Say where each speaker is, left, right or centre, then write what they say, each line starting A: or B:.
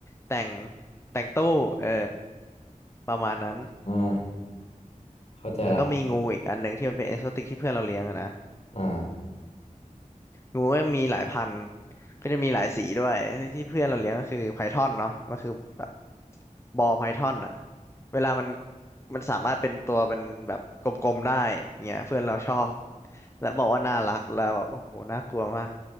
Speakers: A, on the left; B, on the left.
A: แต่งแต่งตู้เออประมาณนั้น
B: อ่าเข้าใจละ
A: แล้วก็มีงูอีกอันหนึ่งที่มันเป็นเอ็กโซติกที่เพื่อนเราเลี้ยงอะนะ
B: อ่า
A: งูก็มีหลายพันธุ์ก็จะมีหลายสีด้วยที่เพื่อนเราเลี้ยงก็คือไพทอนเนาะมันคือแบบบอลไพทอนอะ เวลามันมันสามารถเป็นตัวเป็นแบบกลมๆได้เงี้ยเพื่อนเราชอบแล้วบอกว่าน่ารักแล้วแบบโอ้โหน่ากลัวมาก